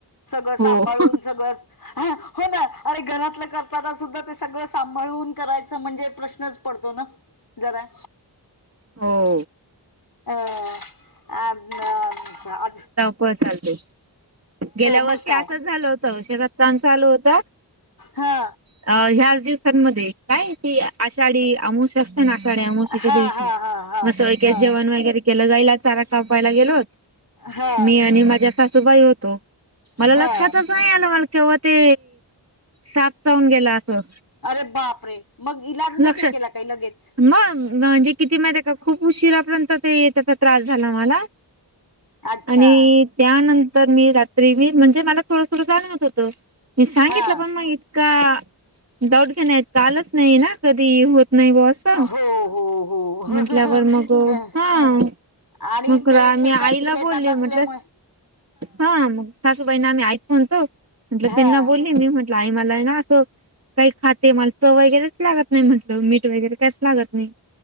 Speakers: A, on the left; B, on the right.
A: सगळं
B: हो.
A: सांभाळून सगळं हो ना अरे घरातलं कर ताना सुद्धा ते सगळं सांभाळून करायचं म्हणजे प्रश्नच पडतो ना जरा.
B: हो.
A: अ अन् आज
B: पळ चालतय गेल्या वर्षी
A: मग काय
B: असंच झालं होत शेतात काम चालू होत.
A: हा.
B: अ ह्याच दिवसांमध्ये काय ती आषाढी अमूशा असत्या ना आशाडी अमूशीच्या
A: हा
B: दिवशी
A: हा हा हा
B: मसं
A: हा
B: जेवण वगैरे गेलं गाईला, चारा कावायला गेलोत,
A: हा
B: मी आणि माझ्या सासूबाई होतो. मला लक्षातच
A: हा
B: नाही, आलं मला केव्हा ते साफ चाऊन गेलं असं.
A: अरे बाप रे.. ! मग इलाज नाही
B: लक्षात
A: का केला काही लगेच.
B: मग म्हणजे किती माहिती आहे. का खूप उशिरापर्यंत ते येतचा त्रास झाला मला.
A: अच्छा
B: आणि त्यानंतर मी, रात्री मी म्हणजे मला थोडं-थोडं जाणवत होत. म सांगितलं
A: हा
B: पण मग. का डाऊट घेण आहेत. कालच नाही ना, कधी होत नाही बस. अ,
A: हो हो हो
B: म्हंटल्यावर मग, हा.
A: आणि
B: मग खरं
A: ते शेतात
B: मी आईला
A: शेतात
B: बोलली
A: असल्यामुळे
B: म्हटल. हा, मग सासूबाईना आम्ही आईच म्हणतो, म्हटलं
A: हा
B: त्यांना बोलली मी म्हण आई मला आहे ना असं, काही खाते, माल चंव वगैरेच लागत नाही म्हटलं, मीठ वगैरे. कायच लागत नाही.